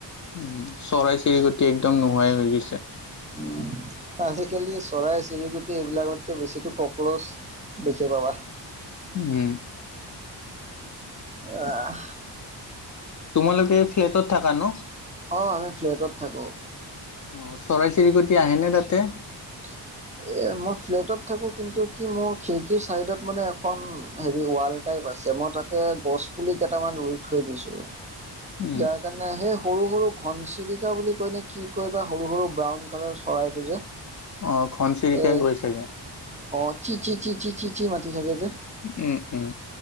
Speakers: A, on the left; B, on the right.
A: উম, চৰাই - চিৰিকটি একদম নোহোৱাই হৈ গৈছে।
B: উম, আজিকালি চৰাই - চিৰিকুটি এইবিলাকতকে বেছিতো কক্ৰচ দেখি পাবা।
A: উম।
B: আহ।
A: তোমালোকে ফ্লেটত থাকা ন?
B: অঁ আমি ফ্লেটত থাকোঁ।
A: অ, চৰাই - চিৰিকটি আহেনে তাতে?
B: <inaudible> এ মই ফ্লেটত থাকো কিন্তু কি মোৰ খিৰিকীৰ চাইডত মানে এখন হেৰি ৱাল টাইপ আছে মই তাতে গছ পুলি কেইটামান ৰুই থৈ দিছো যাক
A: উম,
B: সেইকাৰণে সেই সৰু সৰু ঘনচিৰিকা বুলি কয়নে কি কয় বা সৰু সৰু ব্ৰাউন কালাৰ চৰাইটো যে?
A: অ ঘনচিৰিকে
B: এ
A: গৈছেগে।
B: অ', চি চি চি চি চি চি মাতি থাকে যে
A: উম উম।